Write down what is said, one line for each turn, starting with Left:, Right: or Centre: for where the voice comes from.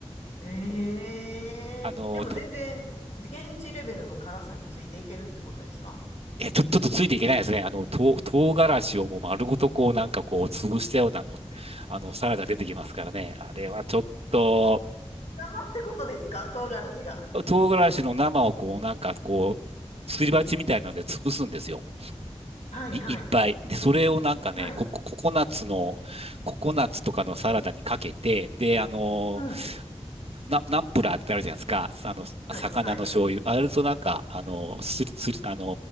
Left: ええー、
Right: あの、
Left: でも全然、
Right: と、
Left: 現地レベルの辛さについていけるってことですか
Right: え、ちょ、ちょっとついていけないですね。あの、とう、唐辛子をもう丸ごとこう、なんかこう、潰したようなの、あの、サラダ出てきますからね。あれはちょっと、
Left: 生ってことですか唐辛子が。
Right: 唐辛子の生をこう、なんかこう、すり鉢みたいなので潰すんですよ。
Left: はい、
Right: い、
Left: はい、
Right: いっぱい。で、それをなんかね、
Left: はい。
Right: ココ、ココナッツの、ココナッツとかのサラダにかけて、で、あのー、
Left: うん。
Right: な、ナンプラーってあるじゃないですか。あの、
Left: はい、
Right: 魚の醤油。
Left: はい、
Right: あれとなんか、あのー、すり、すり、あの